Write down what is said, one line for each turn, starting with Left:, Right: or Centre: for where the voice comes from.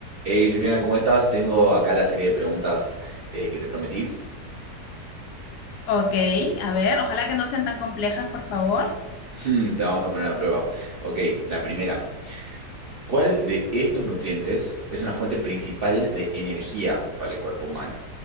Right: Hey Juliana, ¿cómo estás? Tengo acá la serie de preguntas eh, que te prometí. <laughs>
Left: Ok, a ver, ojalá que no sean tan complejas, por favor.
Right: Hmm, Te vamos a poner a prueba. Ok, la primera. ¿Cuál de estos nutrientes es una fuente principal de energía para el cuerpo humano?